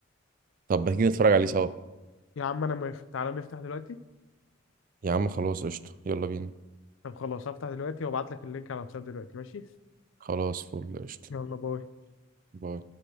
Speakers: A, on the right; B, on the left.
A: طب ما تيجي نتفرج عليه سوا
B: يا عم انا موافق تعالى نفتح دلوقتي
A: يا عم خلاص قشطه يلا بينا
B: طب خلاص هفتح دلوقتي وابعت لك اللينك على الواتساب دلوقتي ماشي
A: خلاص فل قشطة
B: يلا باي
A: باي